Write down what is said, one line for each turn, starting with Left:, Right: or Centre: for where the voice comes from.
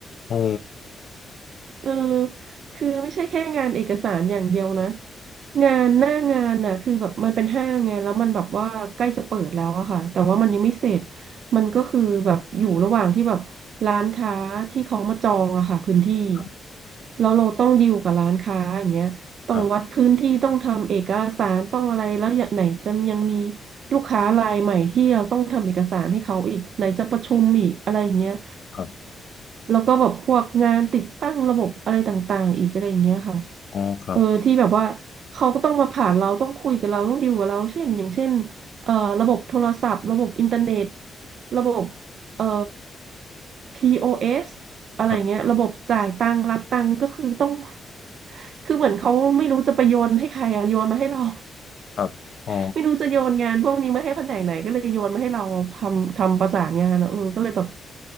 Left: โอ้
Right: เออคือไม่ใช่แค่งานเอกสารอย่างเดียวนะ งานหน้างานน่ะคือแบบมันเป็นห้างไงแล้วมันแบบว่าใกล้จะเปิดแล้วอะค่ะแต่ว่ามันยังไม่เสร็จ มันก็คือแบบอยู่ระหว่างที่แบบร้านค้าที่เขามาจองอะค่ะพื้นที่
Left: ครับ
Right: แล้วเราต้องดีลกับร้านค้าอย่างเงี้ย ต้องวัดพื้นที่ต้องทำเอกสารต้องอะไรแล้วอย่างไหนจะยังมี
Left: ครับ
Right: ลูกค้ารายใหม่ที่เราต้องทำเอกสารให้เขาอีกไหนจะประชุมอีกอะไรอย่างเงี้ย
Left: ครับ
Right: แล้วก็แบบพวกงานติดตั้งระบบอะไรต่างๆอีกอะไรอย่างเงี้ยค่ะ
Left: อ๋อครับ
Right: เออที่แบบว่าเขาก็ต้องมาผ่านเราต้องคุยกับเราต้องดีลกับเราเช่นอย่างเช่นเอ่อระบบโทรศัพท์ระบบอินเทอร์เน็ตระบบเอ่อพีโอเ o s อะไรเงี้ยระบบจ่ายตังค์รับตังค์ก็คือต้อง
Left: ครับ
Right: <laughs> คือเหมือนเขาไม่รู้จะไปโยนให้ใครอะโยนมาให้เรา
Left: ครับอ๋อ
Right: <laughs> ไม่รู้จะโยนงานพวกนี้มาให้แผนกไหนก็เลยโยนมาให้เราทำทำประสานงานอะเออก็เลยแบบ